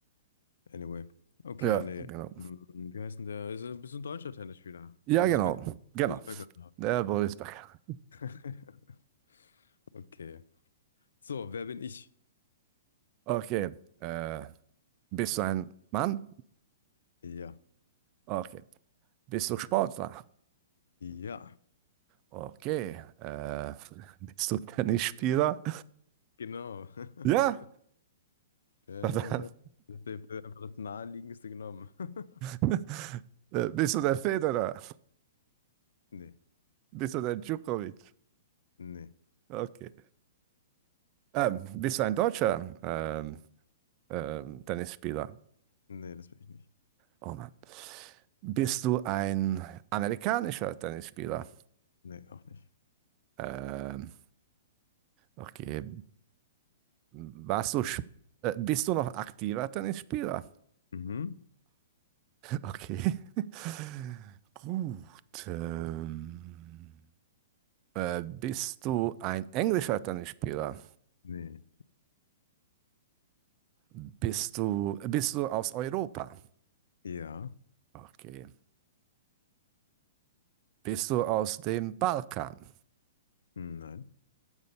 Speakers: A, on the left; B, on the right.
A: Anyway, okay,
B: Ja,
A: nee,
B: genau.
A: Hm, wie heißt denn der, ist ein bisschen deutscher Tennisspieler,
B: Ja,
A: Boris
B: genau,
A: Becker,
B: genau.
A: Boris Becker.
B: Der Boris Becker.
A: <laughs> Okay, so, wer bin ich?
B: Okay, äh, Bist du ein Mann?
A: Ja,
B: Okay. Bist du Sportler?
A: ja,
B: Okay. Äh, <laughs> bist du Tennisspieler?
A: genau, <laughs>
B: Ja.
A: ja,
B: Verdammt.
A: ja, ja, das ist der- einfach das naheliegendste genommen. <laughs>
B: <laughs> Äh, Bist du der Federer?
A: Nee,
B: Bist du der Djokovic?
A: nee,
B: Okay. Ähm, bist du ein deutscher ähm, ähm, Tennisspieler?
A: nee, das bin ich nicht,
B: Oh Mann. Bist du ein amerikanischer Tennisspieler?
A: nee, auch nicht.
B: Ähm, okay. Warst du, sp- äh, bist du noch aktiver Tennisspieler?
A: Mhm.
B: Okay. <laughs> Gut. Ähm, äh, bist du ein englischer Tennisspieler?
A: Nee.
B: Bist du, bist du aus Europa?
A: Ja,
B: Okay. Bist du aus dem Balkan?
A: Hm, nein,